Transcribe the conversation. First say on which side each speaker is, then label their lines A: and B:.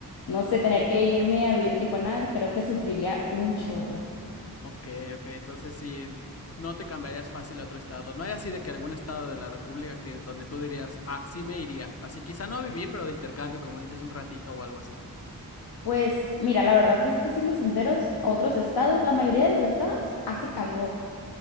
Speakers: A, on the left; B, on the left.
A: no sé, tener que irme a vivir a Tijuana, creo que sufriría un chorro.
B: Ok, ok, entonces sí, no te cambiarías fácil a otro estado. No hay así de que algún estado de la República que donde tú dirías, ah, sí me iría. Así quizá no a vivir, pero de intercambio, como dices, un ratito o algo así.
A: Pues mira, la verdad es que siendo sinceros, a otros estados, la mayoría de los estados hace calor.